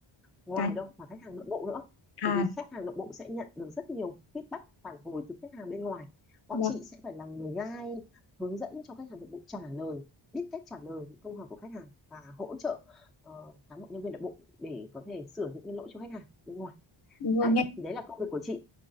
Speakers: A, in the centre; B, on the left.
A: ngoài
B: cái-
A: đâu mà khách hàng nội bộ nữa
B: à,
A: bởi vì khách hàng nội bộ sẽ nhận được rất nhiều feedback phản hồi từ khách hàng bên ngoài bọn
B: vâng,
A: chị sẽ phải là người guide hướng dẫn cho khách hàng nội bộ trả lời biết cách trả lời những câu hỏi của khách hàng và hỗ trợ ờ, cán bộ nhân viên nội bộ để có thể sửa những cái lỗi cho khách hàng bên ngoài
B: đúng rồi,
A: đấy
B: nghe
A: thì đấy là công việc của chị